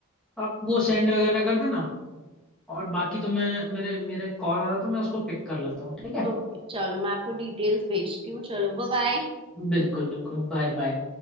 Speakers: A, in the centre; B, on the right (about 25°).
A: तो आप वो सेंड वगैरह कर देना और बाकी तो मैं मेरे मेरे कॉल आ रहा था मैं उसको पिक कर लेता हूँ ठीक है
B: ओके चलो मैं आपको डिटेल्स भेजती हूँ चलो बाय बाय।
A: बिल्कुल बिल्कुल बाय बाय